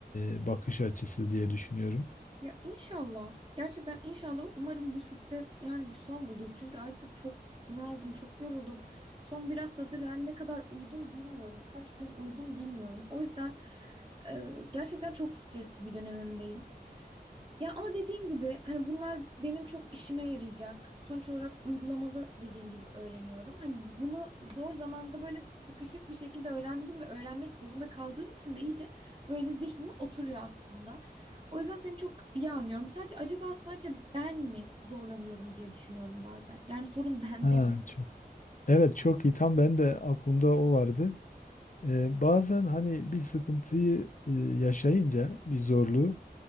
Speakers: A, on the left; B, on the right.
A: e, bakış açısı diye düşünüyorum.
B: Ya inşallah. Gerçekten inşallah. Umarım bu stres yani bir son bulur. Çünkü artık çok bunaldım, çok yoruldum. Son bir haftadır yani ne kadar uyudum bilmiyorum. Kaç gün uyudum bilmiyorum. O yüzden e, gerçekten çok stresli bir dönemimdeyim. Ya ama dediğin gibi hani bunlar benim çok işime yarayacak. Sonuç olarak uygulamalı dediğin gibi öğreniyorum. Hani bunu zor zamanda böyle sıkışık bir şekilde öğrendim ve öğrenmek zorunda kaldığım için de iyice böyle zihnime oturuyor aslında. O yüzden seni çok iyi anlıyorum. Sadece acaba sadece ben mi zorlanıyorum diye düşünüyorum bazen. Yani sorun bende
A: Ha,
B: mi?
A: çok. Evet çok iyi. Tam ben de aklımda o vardı. E, bazen hani bir sıkıntıyı e, yaşayınca, bir zorluğu,